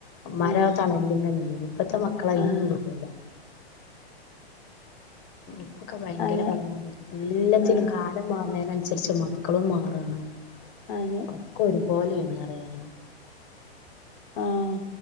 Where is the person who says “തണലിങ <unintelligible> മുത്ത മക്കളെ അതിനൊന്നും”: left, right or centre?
Left